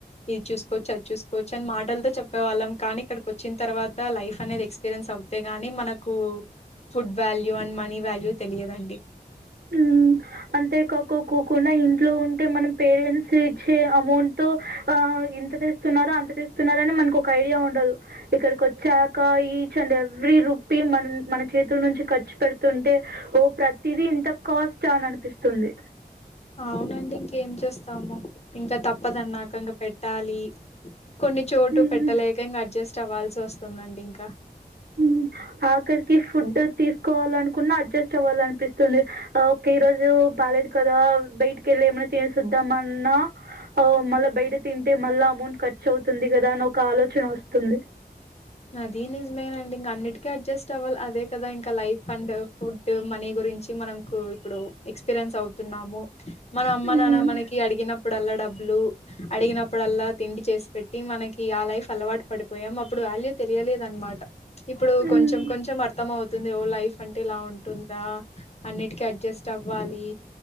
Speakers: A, on the left; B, on the right.
A: ఇది చూస్ కొచ్చాచ్ చూసుకోవచ్చని మాటలతో చెప్పేవాళ్ళం. కానీ ఇక్కడికి వచ్చిన్ తర్వాత లైఫ్ అనేది ఎక్స్పీరియన్స్ అవుతే గాని మనకు food value and money value తెలియదండి.
B: హుహ్ అంతే ఖఖో కోకుండ ఇంన్ట్ లో ఉంటే మనం పేరెంట్స్ ఇచ్చే, అమౌంట్ ఆ ఇంత తెస్తున్నారా అంత్ తు తేస్తున్నారని మనకి ఒక ఐడియా ఉండదు. ఇక్కడికి వచ్చాక ఈచ్ అండ్ ఎవ్రీ రూపీ మనున్ మన చేతుల్ నుంచి ఖర్చు పెడుతుంటే, ఓ ప్రతిదీ ఇంతక్ కాస్ట్ ఆ అని అనిపిస్తుంది.
A: అవునండి ఇంకేం చేస్తాము. ఇంకా తప్పదన్నాక ఇంగ పెట్టాలి. కొన్ని చోటు
B: హ్మ్.
A: పెట్టలేక, ఇంగా అడ్జస్ట్ అవ్వాల్సి వస్తుందండి ఇంకా.
B: హుహ్ ఆఖరికి ఫుడోత్ తీసుకోవాలనుకున్నా అడ్జస్ట్ అవ్వాల అనిపిస్తుంది. ఒకే ఈ రోజు బాలేదు కదా బయటికేల్ లేమన్నా తినేస్ వద్దామన్న. హో మళ్ళా బయట తింటే మళ్ళా అమౌంట్ ఖర్చు అవుతుంది కదా అన్ ఒక్ కాలోచన వస్తుంది.
A: అది నిజమేనండి. ఇంగా అన్నిటికీ అడ్జస్ట్ అవ్వాలి. అదే కదా ఇంకా లైఫ్ అండ్ ఫుడ్ మనీ గురించి మనమ్ కృ ఇప్పుడు ఎక్స్పీరియన్స్ అవుతున్నాము. మన మన్నన్నా
B: హ్మ్.
A: మనకి అడిగినప్పుడల్లా. డాబ్ లు అడిగినప్పుడల్లా తిండి చేసి పెట్టి, మనకి ఆ లైఫ్ అలవాటు పడిపోయాం అప్పుడు వాల్యూ తెలియలేదనమాట, ఇప్పుడు
B: హ్మ్.
A: కొంచెం కొంచెం అర్థం మోవత్ తుంది. ఓ లైఫ్ అంటే ఇలా ఉంటుందా అన్నిటికీ అడ్జస్ట్ అవ్వాలి.